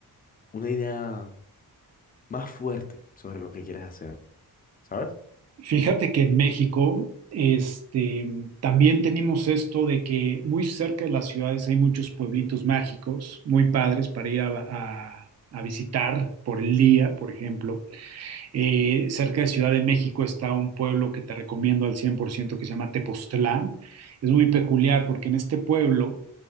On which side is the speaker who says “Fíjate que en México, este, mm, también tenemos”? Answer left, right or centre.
Right